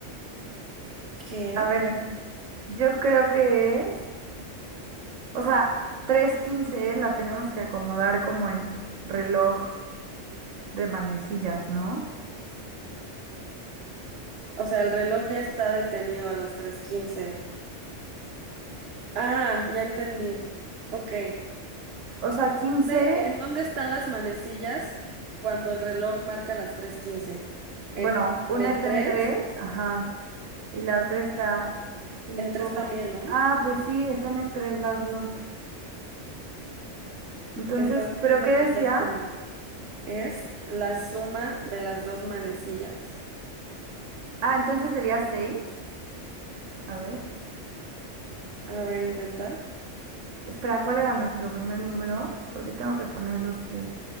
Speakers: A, on the right; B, on the right.
A: ¿Qué?
B: A ver, Yo creo que es, o sea, tres quince la tenemos que acomodar como en reloj de manecillas, ¿no?
A: O sea, el reloj ya está detenido a las tres quince. Ah, ya entendí. Ok. ¿En
B: O sea, 15,
A: dónde, en dónde están las manecillas cuando el reloj marca las 3:15? En,
B: bueno, una
A: en el
B: está
A: 3,
B: en 3, ajá, y la otra está cinco,
A: en 3 también, ¿no?
B: Ah, pues sí, están en 3 las dos. Entonces,
A: Entonces
B: ¿pero
A: dice
B: qué decía?
A: que es la suma. Es la suma de las dos manecillas.
B: Ah, entonces sería seis, A ver,
A: A ver, intenta.
B: espera, ¿cuál era nuestro primer número? Porque tengo que poner los tres.